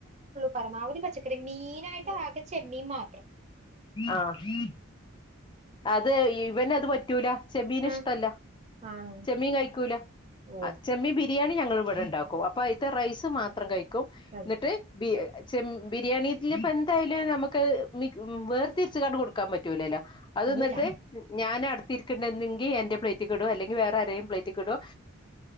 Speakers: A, on the right; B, on the left.
A: പരമാവധിപച്ചക്കറി മീനായിട്ട് ആകെ ചെമ്മീൻമാ
B: ആഹ് അത് ഇവനത്പറ്റൂല ചെമ്മീനിഷ്ടല്ല
A: ഉം ആണോ
B: ചെമ്മീൻകഴിക്കൂല
A: ഓ
B: ചെമ്മീബിരിയാണി ഞളിവിടെണ്ടാക്കും അപ്പോയ്ത്തെ റൈസ്മാത്രംകഴിക്കും
A: കഴിക്കും
B: ന്നിട്ട് ബി ചെമ് ബിരിയാണിത്തില് പ്പെന്തായാലും നമുക്കാഹ്‌ വേർതിരിച്ച്കാണ്ട് കൊടുക്കാൻപറ്റൂലല്ലോ. അത്
A: അതില്ല
B: നട്ട് ഞാനാടുത്തിരിക്കരുങ്കിൽ എന്റെ പ്ലേറ്റ്കിടും അല്ലെങ്കിവേറെആരെയിം പ്ലേറ്റ്കിടും